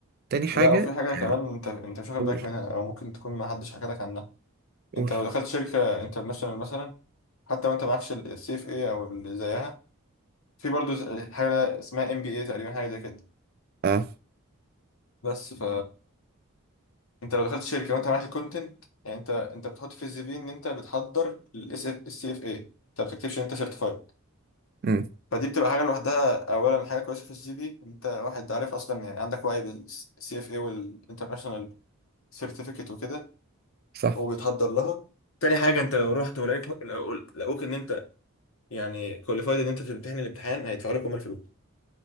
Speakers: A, on the right; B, on the left.
A: تاني حاجة
B: لا وفي حاجه كمان
A: آه،
B: انت انت مش واخد
A: قول
B: بالك منها او ممكن تكون ما حدش حكى لك عنها
A: قول
B: انت لو دخلت شركه انترناشونال مثلا حتى وانت معكش السي اف اي او اللي زيها في برضو ز- حاجه اسمها ام بي اي تقريبا حاجه زي كده
A: اه
B: بس ف انت لو دخلت شركه وانت معاك الكونتنت يعني انت انت بتحط في السي في ان انت بتحضر السي اف اي انت ما بتكتبش ان انت سيرتيفايد
A: امم
B: فدي بتبقى حاجه لوحدها اولا حاجه كويسه في السي في انت واحد عارف اصلا يعني عندك وعي بالسي اف اي والانترناشونال سيرتيفيكت وكده
A: صح
B: وبيتحضر لها تاني حاجة انت لو رحت ولقيت لو- لقوك ان انت يعني كواليفايد ان انت تمتحن الامتحان هيدفعوا لك هم الفلوس